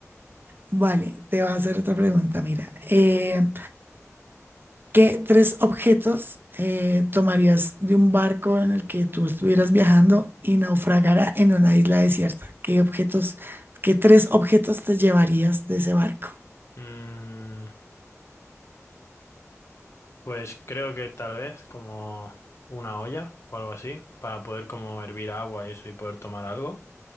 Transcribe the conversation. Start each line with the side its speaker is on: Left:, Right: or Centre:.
Right: Vale, te voy a hacer otra pregunta, mira. eh, ¿qué tres objetos eh, tomarías de un barco en el que tú estuvieras viajando y naufragara en una isla desierta? ¿Qué objetos, qué tres objetos te llevarías de ese barco?
Left: Mm, pues creo que tal vez como una olla o algo así, para poder como hervir agua y eso y poder tomar algo.